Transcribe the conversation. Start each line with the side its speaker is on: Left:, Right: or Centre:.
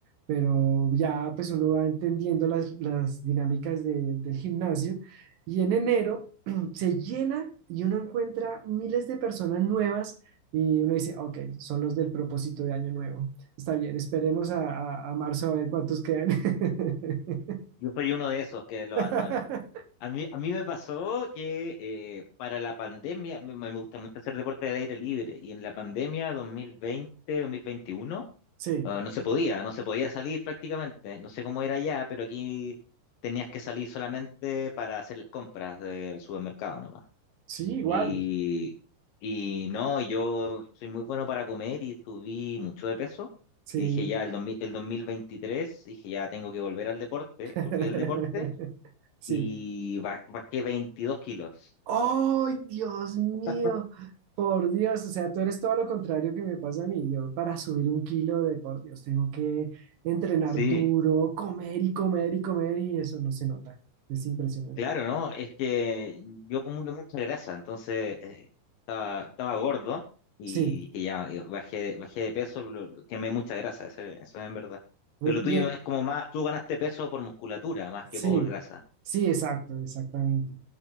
Right: pero ya pues uno va entendiendo las, las dinámicas de- del gimnasio y en enero <clears throat> se llena y uno encuentra miles de personas nuevas y uno dice, ok, son los del propósito de año nuevo, está bien, esperemos a, a a marzo a ver cuántos quedan. <laughs>
Left: Yo soy uno de esos que lo
Right: <laughs>
Left: abandona. A mí, a mí me pasó que eh, para la pandemia, me, me gusta mucho hacer deporte al aire libre, y en la pandemia 2020, 2021,
Right: Sí,
Left: eh, no se podía, no se podía salir prácticamente. No sé cómo era allá, pero aquí tenías que salir solamente para hacer las compras del supermercado nomás.
Right: sí, igual.
Left: Y, y no, yo soy muy bueno para comer y subí mucho de peso.
Right: Sí.
Left: Y dije ya, el, dos mil el 2023 dije ya, tengo que volver al deporte,
Right: <laughs>
Left: volví al deporte
Right: Sí.
Left: y ba- bajé 22 kilos.
Right: ¡Ay, Dios mío!
Left: <laughs>
Right: Por Dios, o sea, tú eres todo lo contrario que me pasa a mí. Yo para subir un kilo de, por Dios, tengo que entrenar
Left: Sí,
Right: duro, comer y comer y comer y eso no se nota. Es impresionante.
Left: claro, ¿no? Es que yo acumulo mucha grasa, entonces eh, estaba, estaba gordo y
Right: Sí,
Left: que ya eh, bajé, bajé de peso, lo- lo- quemé mucha grasa, eso, eso es en verdad.
Right: y-
Left: Pero lo tuyo es como más, tú ganaste peso por musculatura más que
Right: sí,
Left: por grasa.
Right: sí, exacto, exactamente.